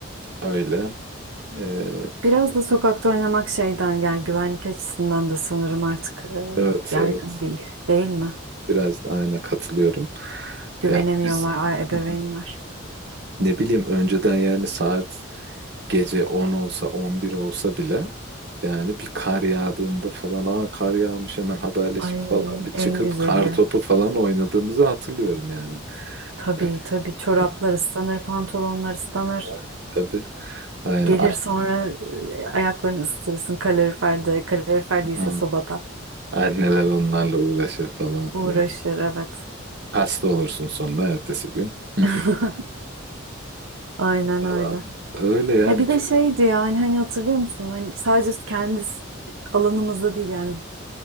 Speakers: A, on the right (about 50°); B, on the right (about 80°).
A: öyle. Ee,
B: Biraz da sokakta oynamak şeyden yani güvenlik açısından da sanırım artık
A: evet
B: e, yaygın
A: evet
B: değil. Değil mi?
A: biraz da aynı katılıyorum.
B: Güvenemiyorlar
A: Ya biz
B: ay- ebeveynler.
A: <clears throat> ne bileyim önceden yani saat gece 10 olsa 11 olsa bile yani bir kar yağdığında falan aa kar yağmış hemen haberleşip
B: Ay
A: falan bir
B: en
A: çıkıp
B: güzeli.
A: kar topu falan oynadığımızı hatırlıyorum yani.
B: Tabii
A: Yani,
B: tabii çoraplar
A: yani
B: ıslanır, pantolonlar ıslanır.
A: <laughs> tabii aynen
B: Gelir sonra e, ayaklarını ısıtırsın kaloriferde. Kalorifer değilse
A: an-
B: sobada.
A: anneler onlarla uğraşır falan
B: Uğraşır
A: filan.
B: evet.
A: Hasta olursun sonra ertesi gün <laughs> Hı.
B: <laughs> Aynen
A: falan.
B: öyle.
A: Öyle yani.
B: E bir de
A: çok-
B: şeydi yani hani hatırlıyor musun? Hani sadece kendi s- alanımızda değil yani